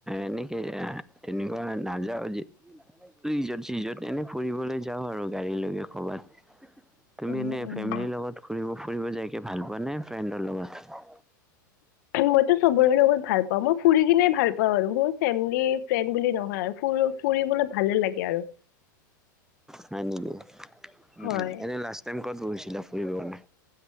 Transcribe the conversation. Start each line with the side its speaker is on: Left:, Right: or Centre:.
Centre: এনেকে তেনেকুৱা নাযাওঁ। ৰিজৰ্ট চিজত এনেই ফুৰিবলৈ যাওঁ আৰু গাড়ীলৈকে কবাত। তুমি
Left: উম
Centre: এনে
Left: উম
Centre: ফেমিলিৰ লগত ঘুৰিব ফুৰিব যাইকে ভাল পোৱা নে ফ্ৰেণ্ডৰ লগত?
Left: মইতো চবৰেৰে লগত ভাল পাওঁ, মই ফুৰি কিনে ভাল পাওঁ আৰু মোৰ ফেমিলি? ফ্ৰেণ্ড বুলি নহয় আৰু ফ ফুৰিবলৈ ভালে লাগে আৰু।
Centre: হয় নেকি উম
Left: হয়
Centre: এনে লাষ্ট টাইম ক'ত গৈছিলা ফুৰিবলে।